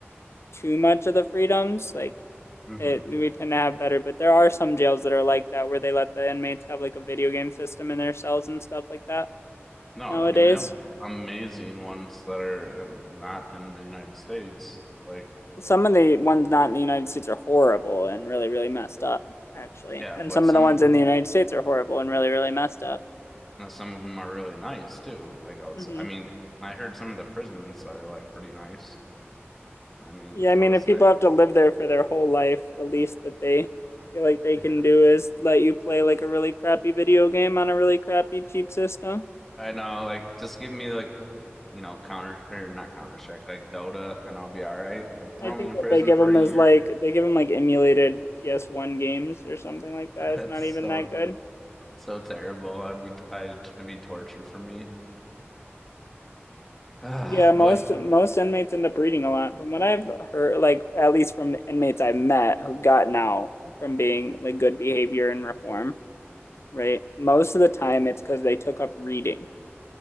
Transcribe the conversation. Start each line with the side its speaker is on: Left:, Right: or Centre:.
Left: too much of the freedoms, like
Centre: hmm
Left: it we tend to have better but there are some jails that are like that where they let the inmates have like a video game system in their cells and stuff like that
Centre: No,
Left: nowadays
Centre: I mean they have amazing ones that are uh, not in the United States. Like,
Left: some of the ones not in the united states are horrible and really really messed up actually
Centre: yeah,
Left: and
Centre: but
Left: some
Centre: some
Left: of the ones
Centre: of them
Left: in the united states are horrible and really really messed up
Centre: Now, some of them are really nice too. Like outside,
Left: hmm
Centre: I mean, I heard some of the prisons are like pretty nice. I mean,
Left: yeah i mean
Centre: I was
Left: if people
Centre: like,
Left: have to live there for their whole life the least that they feel like they
Centre: yeah,
Left: can do is let you play like a really crappy video game on a really crappy cheap system
Centre: I know. Like, just give me like, you know, counter or not Counter Strike, like Dota, and I'll be all right. Like, throw
Left: I think
Centre: me in
Left: that
Centre: prison
Left: they give
Centre: for
Left: him
Centre: a
Left: as
Centre: year.
Left: like they give him like emulated PS1 games or something like that.
Centre: <laughs>
Left: It's
Centre: That's
Left: not
Centre: so
Left: even that good.
Centre: that's so terrible. I'd be I'd it'd be torture for me. <sighs>
Left: Yeah, most
Centre: But
Left: most inmates end up reading a lot. From what I've heard, like at least from the inmates I've met who've gotten out from being like good behavior and reform, right? Most of the time it's because they took up reading